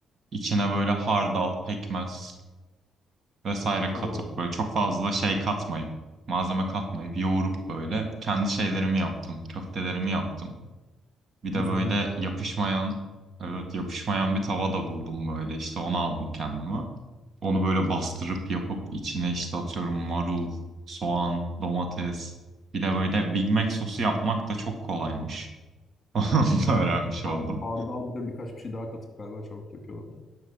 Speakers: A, on the right (about 50°); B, on the left (about 30°).
A: içine böyle hardal, pekmez vesaire katıp
B: o
A: böyle çok fazla şey katmayıp malzeme katmayıp yoğurup böyle kendi şeylerimi yaptım, köftelerimi yaptım. Bir
B: güzelmiş.
A: de böyle yapışmayan, evet yapışmayan bir tava da buldum böyle. İşte onu aldım kendime. Onu böyle bastırıp yapıp içine işte atıyorum marul, soğan, domates. Bir de böyle Big Mac sosu yapmak da çok kolaymış. <laughs> Onu
B: Evet.
A: da öğrenmiş
B: A-
A: oldum.
B: Ardal bir de birkaç bir şey daha katıp galiba çabuk yapıyorlar onu.